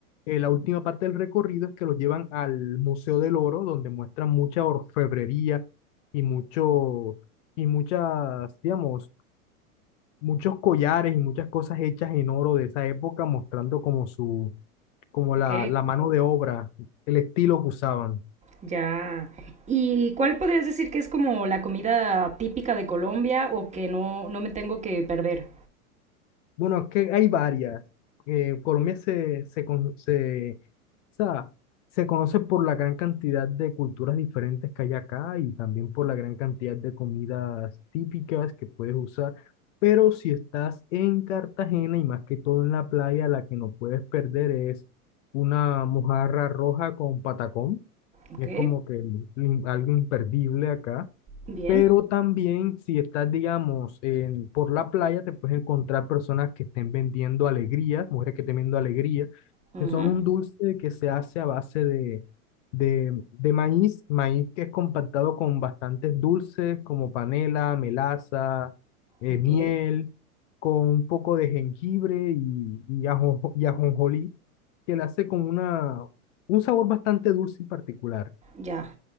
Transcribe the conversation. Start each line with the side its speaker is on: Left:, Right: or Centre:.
Left: eh, la última parte del recorrido es que los llevan al Museo del Oro, donde muestran mucha orfebrería y mucho, y muchas, digamos, muchos collares y muchas cosas hechas en oro de esa época, mostrando como su como la,
Right: ok,
Left: la mano de obra, el estilo que usaban.
Right: ya. ¿Y cuál podrías decir que es como la comida típica de Colombia o que no, no me tengo que perder?
Left: Bueno, es que hay varias. Eh, Colombia se, se, con- se, o sea, se conoce por la gran cantidad de culturas diferentes que hay acá y también por la gran cantidad de comidas típicas que puedes usar. Pero si estás en Cartagena y más que todo en la playa, la que no puedes perder es una mojarra roja con patacón.
Right: Ok,
Left: Es como que algo imperdible acá.
Right: bien.
Left: Pero también si estás, digamos, en- por la playa, te puedes encontrar personas que estén vendiendo alegrías, mujeres que estén vendiendo alegrías,
Right: Ujú.
Left: que son un dulce que se hace a base de, de, de maíz, maíz que es compactado con bastantes dulces como panela, melaza, eh,
Right: ok.
Left: miel, con un poco de jengibre y, y, ajo, y ajonjolí, que le hace como una, un sabor bastante dulce y particular.
Right: Ya,